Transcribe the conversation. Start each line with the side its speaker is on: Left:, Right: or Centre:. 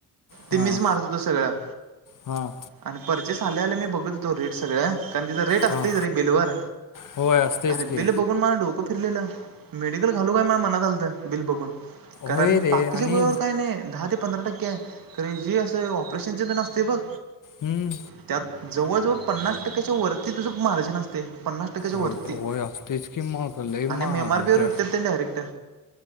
Left: हां
Right: ते मीच मारत होतो सगळं.
Left: हां
Right: आणि पर्चेस आल्या आल्या मी बघत होेतो रेट सगळ्या. कारण तिथ रेट असतेच
Left: हां
Right: रे बिल वर.
Left: होय असतेच
Right: अरे
Left: की
Right: बिल बुक माझं डोकं फिरलेलं, मेडिकल घालू काय माझ्या मनात आलतं, बिल बघून. कारण
Left: होय रे
Right: बाकीच्या
Left: आणि
Right: गोळ्यावर काय नाही दहा ते पंधरा टक्केे आहे‌. कारण जे असे ऑपरेशन चे ते असते बघ.
Left: हम्म
Right: त्यात जवळजवळ पन्नास टक्क्याच्या वरती तुझं मार्जिन असते. पन्नास टक्क्याच्या
Left: होय
Right: वरती.
Left: होय असतेच की मग लई
Right: आणि
Left: मा
Right: मग एम आर पी वर
Left: ते
Right: विकत्यात डायरेक्ट.